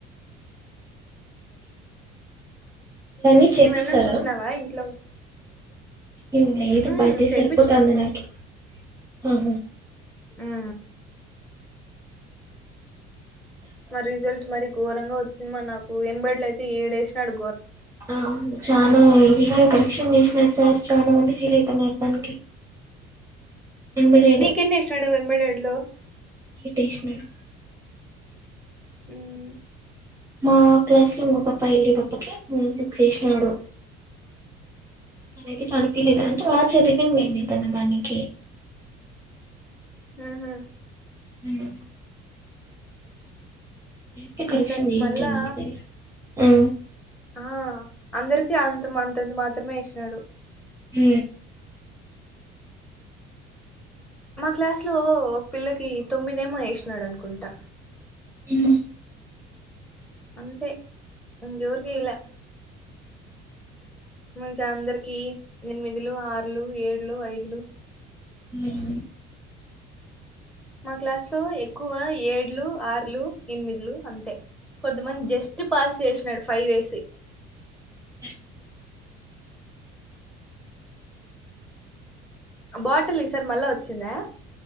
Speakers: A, on the right; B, in the centre.
A: అవన్నీ చేపిస్తారా
B: నువ్వేమన్నా చూసినావా ఇంట్లో
A: ఇ మేదు
B: ఉమ్
A: బయద
B: చేపిచ్చినారు
A: సరిపోతా అంది నాకి ఆహా
B: ఆ మా రిజల్ట్ మరి ఘోరంగా వచ్చింది మా నాకు ఎంబడ్లు అయితే ఏడు వేసినడు
A: ఆ అవును చాలా ఇది విషం చేసినాడు సార్ చాలా మంది ఫీల్ అయిపోతున్నారు దానికి ఎంబడేడ్
B: ఎన్నింటికి ఎన్ని వేసినాడు ఎంబ్రాయిడరీలో
A: ఎయిట్ వేసినాడు
B: ఉమ్
A: మా క్లాస్ లో మా పప్పా ఎళ్లి పప్పకి సిక్స్ చేసినాడు తనకి చనిపిలేది అంటే వా చదివి లేంది తను దానికి
B: ఉ హు
A: ఉమ్. రేపే కరెక్షన్
B: దానికి
A: చేయింటండి
B: మళ్ళా
A: నాకు తెలుసు ఆ
B: ఆ అందరికి అంతంత మాత్రమే వేసినాడు
A: ఉ
B: మా క్లాస్ లో ఒక పిల్లకి తొమ్మిదేమో వేసినాడు అనుకుంటా
A: ఉ
B: అంతే ఎవరికి వేయలే మంచిగా అందరికి ఎనిమిదిలు ఆరులు ఏళ్లు ఐదులు
A: ఉ హు
B: మా క్లాస్ లో ఎక్కువ ఏడ్లు ఆర్లు ఎనిమిదిలు అంతే కొంతమంది జస్ట్ పాస్ చేసినాడు ఫైవ్ వేసి
A: ఆ
B: బాటిల్ ఈ సార్ మళ్ళా వచ్చిందా